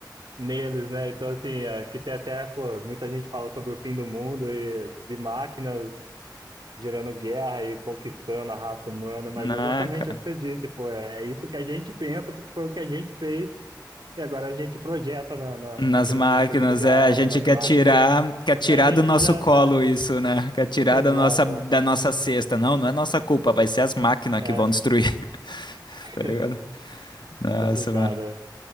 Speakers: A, on the right; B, on the left.
A: Neles, né? Então, assim, é, que tem até, pô, muita gente fala sobre o fim do mundo e de máquinas gerando guerra e conquistando a raça humana, mas
B: né,
A: é exatamente
B: cara?
A: o que você disse, pô, é é isso que a gente pensa, porque foi o que a gente fez, e agora a gente projeta na, na,
B: Nas
A: na inteligência
B: máquinas,
A: artificial,
B: é, a gente
A: nas
B: quer
A: máquinas,
B: tirar, quer
A: o
B: tirar
A: que a gente
B: do nosso
A: já
B: colo
A: é,
B: isso, né? Quer tirar
A: <laughs> exata,
B: da nossa, da nossa cesta. Não, não é nossa culpa, vai ser as máquinas que
A: é,
B: vão destruir, <laughs>
A: <laughs>
B: tá ligado? Nossa,
A: complicado,
B: mano.
A: é.